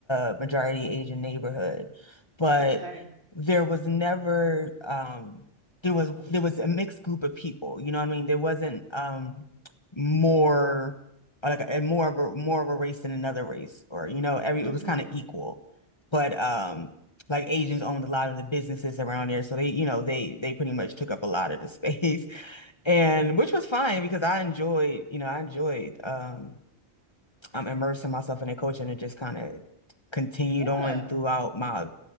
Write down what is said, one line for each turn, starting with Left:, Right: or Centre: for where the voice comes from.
Left: a majority Asian neighborhood, but
Right: Okay.
Left: there was never um there was there was a mixed group of people. You know what I mean? There wasn't um more like a, more of a more of a race than another race, or you know, every
Right: hmm
Left: it was kind of equal. But um like Asians owned a lot of the businesses around there. So they, you know, they they pretty much took up a lot of the <laughs> space. And which was fine because I enjoyed, you know, I enjoyed um I'm immersing myself in their culture and it just kind of continued
Right: Yeah.
Left: on throughout my